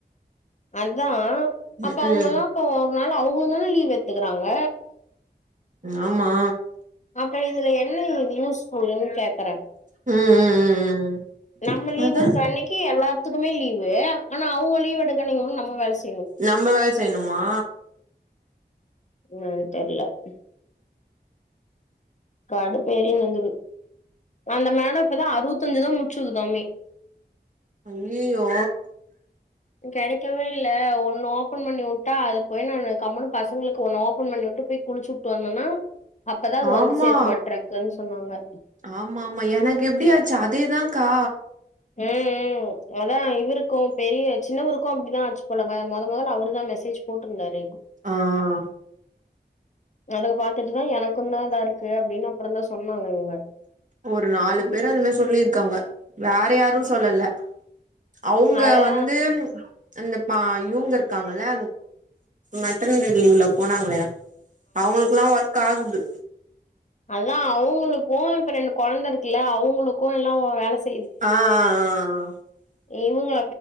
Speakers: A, on the left (about 45°); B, on the right (about 45°).
A: அத்தா
B: ம்
A: அப்ப அவுங்கல்லா
B: ம்
A: இப்போ ஒரு நாள் அவ்ங்ளுந்தான லீவ் எத்துக்குறாங்க
B: ஆமா
A: அப்ப இதுல என்ன இது யூஸ்ஃபுல்ன்னு கேக்குறே
B: ம் ம் ம் ம்
A: நம்ம லீவ்
B: அதா
A: எடுக்ற அன்னைக்கி எல்லாத்துக்குமே லீவு ஆனா அவுங்க லீவ் எடுக்கனைக் <unintelligible> நம்ம வேல செ
B: நம்ம வேல் செய்ணுமா
A: இன்னானு தெர்ல ம் காடுப்பேரி வந்துடு அந்த மேடோ இப்பதா அறுவத்தஞ்சுதா முச்சுக்குதாமே
B: அய்யியோ
A: கிடைக்கவே இல்ல ஒண்ணு ஓபன் பண்ணி உட்டா அது போய் நான் கம்ம்பனுு பசங்களுக்கு ஒண்ணு ஓபன் பண்ணி உட்டு போய் குளிச்சு உட்டு வந்தோன்னா அப்பதான் அது
B: ஆமா
A: வந்து சேர மாட்ரா கொஞ்ச நாளா
B: ஆமா ஆமா எனக்கு எப்படியாச்சு அதேதான்கா
A: ஆ அதான் இவருக்கும் பெரிய <unintelligible> சின்னவருக்கும் அப்படிதான் ஆச்சு போல முத முதல் அவரு தான் மெசேஜ் போட்ருந்தாரு
B: ஆ ஆ
A: எனக்கு பாத்துட்டுதா எனக்கும் தான் இதா இருக்கு அப்படின்னு அப்புறம் தான் சொன்னாங்க இவங்க
B: ஒரு நாலு பேர் அந்த மாதி சொல்லியிருக்காங்க வேற யாரும் சொல்லல அவங்க
A: அதா
B: வந்து அந்த பா இவங்க இருக்காங்கள மெட்டர்னரி லீவ்ல போனாங்கள அவங்களுக்குெல்லா ஒர்க் ஆகுது
A: அதான் அவங்களுக்கும் இப்ப ரெண்டு குழந்தை இருக்குல்ல அவங்களுக்கும் எல்லாம் வேலை செய்
B: ஆ ஆ ஆ
A: இவங்க